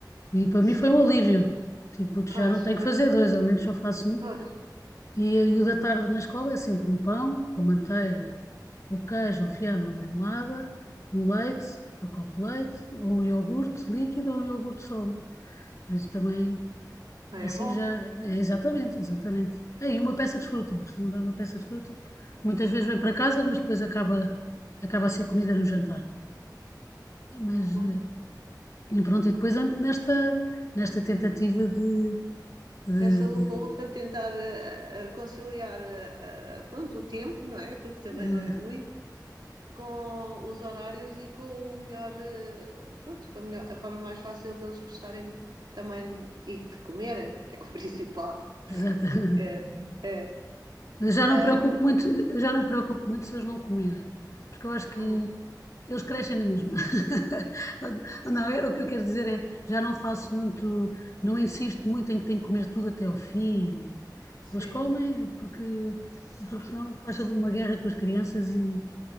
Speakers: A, on the left; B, on the right.
A: E para
B: sim.
A: mim foi um alívio. Tipo,
B: Pois,
A: já não tenho
B: pois,
A: que fazer dois, ao menos só faço um.
B: pois.
A: E, e o da tarde na escola é sempre um pão com manteiga ou queijo, ou fiambre, ou marmelada, um leite, um pacote de leite, ou um iogurte líquido ou um iogurte sólido. Por isso também,
B: Também
A: assim
B: é bom.
A: já, é exatamente, exatamente. É, e uma peça de fruta, costumam dar uma peça de fruta, que muitas vezes vem para casa, mas depois acaba, acaba a ser comida no jantar. Mas,
B: Uhum.
A: eh, e pronto, e depois ando nesta, nesta tentativa de, de,
B: Nessa
A: de,
B: lufa-lufa tentar eh, eh, conciliar eh, eh, pronto, o tempo, não é? Porque também
A: eh,
B: não é muito. com os horários e com o melhor, eh, pronto, com a melhor, a forma mais fácil deles gostarem também e de comerem, que é o <laughs> principal.
A: <laughs> exatamente,
B: É, é.
A: Mas já não
B: Ahm,
A: preocupo muito, já não preocupo muito se eles não comerem, porque eu acho que
B: hum,
A: eles crescem na mesma. <laughs> Não, eu, o que eu quero dizer é, já não faço muito, não insisto muito em que têm que comer tudo até ao fim.
B: sim,
A: Eles comem porque, porque senão faz ali uma guerra com as crianças e,